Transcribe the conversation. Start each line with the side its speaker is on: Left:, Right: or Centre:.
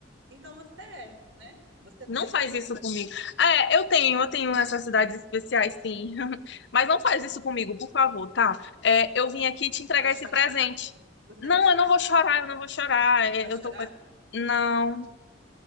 Right: então você é, né? Você
Left: Não
Right: tem
Left: faz
Right: atividades
Left: isso
Right: especiais.
Left: comigo. É, eu tenho, eu tenho necessidades especiais, sim. <laughs> Mas não faz isso comigo, por favor, tá? É, eu vim aqui te entregar
Right: Vai chorar?
Left: esse presente.
Right: Você
Left: Não,
Right: vai chorar?
Left: eu não vou chorar, eu não vou chorar. É,
Right: Vai chorar?
Left: eu tô com. Não,